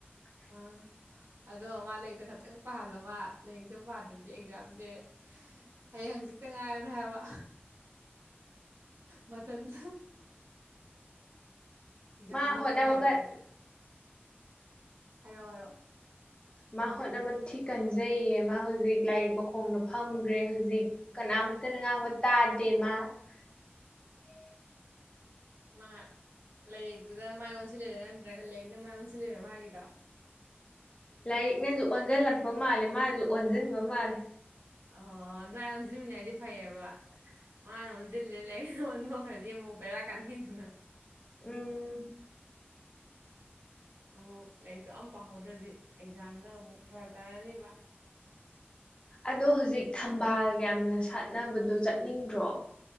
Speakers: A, on the left; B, on the right.
A: <inaudible>
B: ꯑꯥ ꯑꯗꯣ ꯃꯥ ꯂꯥꯏꯔꯤꯛꯇ ꯈꯛꯇꯪ ꯄꯥꯍꯜꯂꯣ ꯃꯥ ꯂꯥꯏꯔꯤꯛꯇ ꯄꯥꯗ꯭ꯔꯗꯤ ꯑꯦꯛꯖꯥꯝꯁꯦ꯫ ꯍꯌꯦꯡ ꯍꯪꯆꯤꯛꯇ ꯉꯥꯏꯔꯕꯅꯦ ꯍꯥꯏꯕ ꯃꯇꯝꯊꯇ ꯏꯛꯖꯥꯝꯗꯣ
A: ꯃꯥ ꯍꯣꯠꯅꯕ
B: ꯅꯨꯡꯉꯥꯏꯔꯗꯨꯗꯦ꯫
A: ꯀꯟ
B: ꯍꯥꯏꯔꯣꯑꯣ ꯍꯥꯏꯔꯣ꯫
A: ꯃꯥ ꯍꯣꯠꯅꯕ ꯊꯤ ꯀꯟꯖꯩꯌꯦ ꯃꯥ ꯍꯧꯖꯤꯛ ꯂꯥꯏꯔꯤꯛ ꯃꯈꯣꯡꯅ ꯐꯝꯈ꯭ꯔꯦ ꯍꯧꯖꯤꯛ ꯀꯅꯥ ꯃꯠꯇ ꯅ ꯉꯥꯡꯉ ꯃꯠꯇꯥꯗꯦꯃ <inaudible>
B: ꯃꯥ ꯂꯌꯦꯛꯇꯨꯗ ꯃꯥꯏ ꯑꯣꯟꯁꯤꯜꯂꯔ ꯅꯠꯇ꯭ꯔꯒ ꯂꯦꯛꯅ ꯃꯥꯏ ꯑꯣꯟꯁꯤꯂꯔ ꯃꯥꯒꯤꯗꯣ
A: ꯂꯥꯏꯔꯤꯛꯅꯁꯨ ꯑꯣꯟꯁꯤꯜꯂꯛꯄ ꯃꯥꯜꯂꯦ ꯃꯥꯅꯁꯨ ꯑꯣꯟꯁꯤꯟꯕ ꯃꯥꯜꯂꯦ꯫
B: ꯑꯣ ꯑꯗꯨꯥꯏ ꯑꯣꯟꯁꯤꯃꯤꯅꯔꯗꯤ ꯐꯩꯌꯦꯕ ꯃꯥꯅ ꯑꯣꯟꯖꯤꯟ ꯂꯩ ꯑꯣꯟꯊꯣꯛꯈ꯭ꯔꯗꯤ ꯕꯦꯔꯥ ꯀꯥꯟꯅꯩꯗ
A: ꯎꯝ
B: ꯑꯃꯨꯛ ꯂꯥꯏꯔꯤꯛꯇꯣ ꯑꯃꯝ ꯄꯥꯍꯧꯗ꯭ꯔꯗꯤ ꯑꯦꯛꯖꯥꯝꯗ ꯑꯃꯨꯛ ꯐꯔꯛ ꯇꯥꯅꯅꯤꯕ
A: ꯑꯗꯣ ꯍꯧꯖꯤꯛ ꯊꯝꯕꯥꯜꯒ ꯌꯥꯝꯅ ꯁꯥꯟꯅꯕꯗꯣ ꯆꯠꯅꯤꯡꯗ꯭ꯔꯣ